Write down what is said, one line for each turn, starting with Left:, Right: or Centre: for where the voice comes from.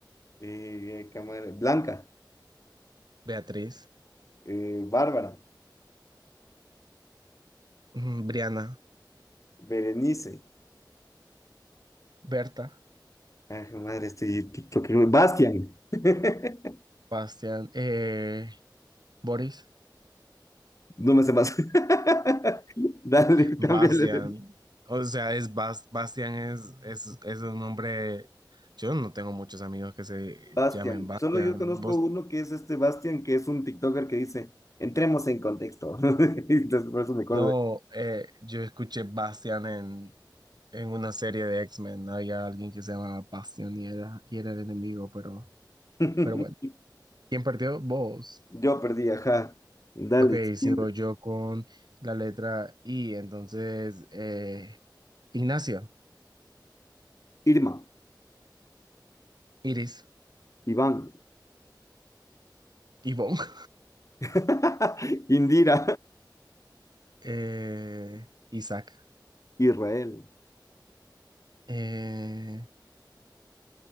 Left: Eh, qué madre, Blanca.
Right: Beatriz,
Left: Eh, Bárbara.
Right: mm, Briana,
Left: Berenice.
Right: Berta,
Left: Ay, qué madre, este TikTok. Bastian. <laughs>
Right: Bastián, eh, Boris.
Left: No me sé más. <laughs> Dale,
Right: Bastian.
Left: cámbiale de
Right: O sea, es Bas- Bastian es, es, es un nombre. Yo no tengo muchos amigos que se
Left: Bastian.
Right: llamen Bastian.
Left: Solo yo conozco
Right: Vos-
Left: uno que es este Bastian, que es un TikToker que dice, entremos en contexto. <laughs> Entonces, por eso me acuerdo
Right: no, eh, yo escuché Bastian en, en una serie de X-Men. Había alguien que se llamaba Bastian y era, y era el enemigo, pero,
Left: de-
Right: pero bueno. ¿Quién perdió? Vos.
Left: <laughs> Yo perdí, ajá. Dale,
Right: Ok,
Left: siguiente.
Right: sigo yo con la letra I. Entonces, eh, Ignacio,
Left: Irma,
Right: Iris,
Left: Iván,
Right: Ivonne,
Left: <laughs> Indira,
Right: <laughs> eh, Isaac.
Left: Israel.
Right: Eh,